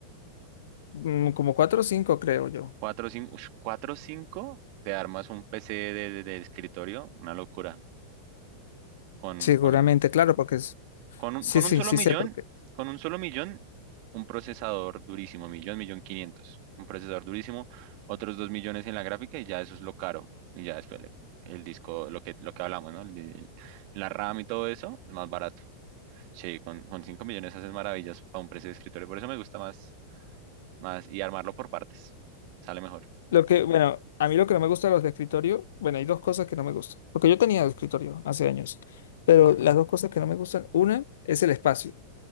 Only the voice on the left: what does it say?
Mm, Como cuatro o cinco, creo yo.
Seguramente,
claro, porque es...
Sí,
sí,
sí
sé por qué.
Lo que, bueno, a mí lo que no me gusta de los de escritorio, bueno, hay dos cosas que no me gustan, porque yo tenía de escritorio hace años, pero las dos cosas que no me gustan, una es el espacio,